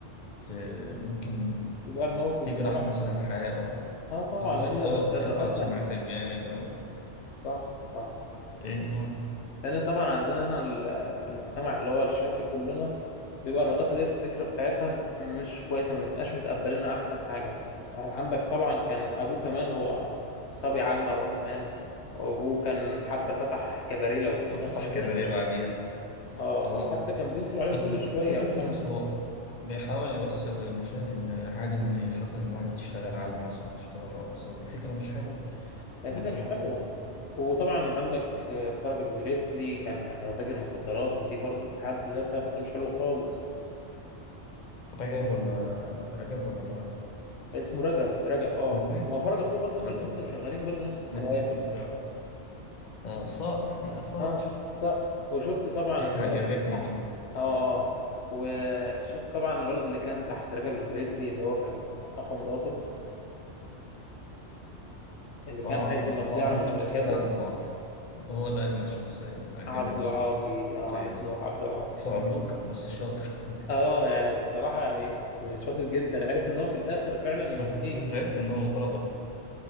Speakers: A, on the left (about 40°); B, on the left (about 70°).
A: ت... ممكن
B: يبقى الموقف
A: تجرح
B: طبعا
A: مثلا حياة
B: اه طبعا
A: بالظبط
B: لان الر-
A: اه بتخاف
B: الرقاصه
A: على سمعتك جامد أو
B: صح صح
A: إيه قول
B: لان طبعا عندنا هنا ال- في المجتمع اللي هو الشرقي كلنا بيبقى الرقاصه ديت الفكره بتاعتها م- مش كويسه ما بنبقاش متقبلينها احسن حاجه عندك طبعا كان ابوه كمان هو صبي علمة وكمان وابوه كان حتى فتح كباريه لو كنت اتفرجت
A: وفتح
B: عليه
A: كباريه
B: وشكش
A: بعديها
B: اه
A: اه
B: وحتى كان بينصب عليهم
A: بس
B: كل
A: فكرة
B: شويه وكان
A: الفيلم نفسه هو بيحاول يوصل للمشاهد إن عادي إن شخص إن واحدة تشتغل عالمة مثلا أو تشتغل رقاصة ودي فكرة مش حلوة
B: هي
A: ولا
B: فكره
A: أنت
B: مش
A: إيه رأيك؟
B: حلوه وطبعا عندك آه، فرج الجريتلي كان يعني هو تاجر مخدرات ودي برضه في حد ذاتها فكره مش حلوه خالص
A: طب رجب ولا رجب ولا فرج؟
B: اسمه رجب رجب اه
A: الاتنين
B: وفرج اخوه برضه
A: رجب
B: هما الاثنين كانوا
A: أه
B: شغالين برضه نفس الكلام
A: الاتنين تجار آه، صقر يا صقر
B: اه صح وشفت طبعا
A: <laughs>
B: الولد
A: عجبتني
B: اللي تحت
A: دي
B: اه اه وشفت طبعا الولد اللي كان تحت رجب الجريتلي اللي هو كان اخو مراته اللي كان
A: أه عبد
B: عايز
A: الع...
B: يمضي
A: هو
B: على
A: أجمد
B: ممتلكاته
A: شخصية ده عبد العاطي هو ده أجمد شخصية عجبتني
B: عبد العاطي
A: صح شخصيته
B: اه عليك نور عبد العاطي
A: صعلوك بس شاطر
B: اه يعني بصراحة يعني شاطر جدا عرف ان هو في الاخر فعلا
A: <laughs>
B: يمضيه
A: بس زعلت إنه طرد أخته